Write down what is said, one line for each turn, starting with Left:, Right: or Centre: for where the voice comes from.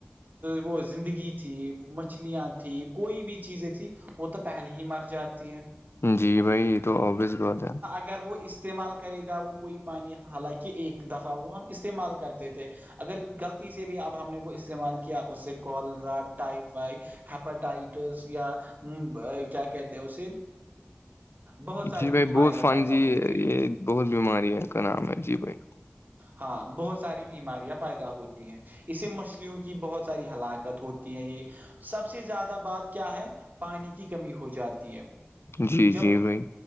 Right: وہ زندگی تھی مچھلیاں تھی کوئی بھی چیزیں تھھی وہ تو پہلے ہی مر جاتی ہے
Left: جی بھائی یہ تو ابویس بات ہے
Right: اگر وہ استعمال کرے گا وہ کوئی پانی حالانکہ ایک دفعہ وہ ہم استعمال کرتے تھے اگر غلطی سے بھی اب ہم نے وہ استعمال کیا اس سے کالرا ٹائیفائی ہیپاٹائٹس یا کیا کہتے ہیں اسے بہت ساری
Left: جی بھائی
Right: بیماریاں
Left: بہت فن
Right: پیدا
Left: جی
Right: ہوتی ہیں
Left: یہ بہت بیماری ہے کا نام ہے جی بھائی
Right: ہاں بہت ساری بیماریاں پیدا ہوتی ہے اسے مچھلیوں کی بہت ساری ہلاکت ہوتی ہے یہ سب سے زیادہ بات کیا ہے پانی کی کمی ہو جاتی ہے
Left: جی
Right: جب
Left: جی بھائی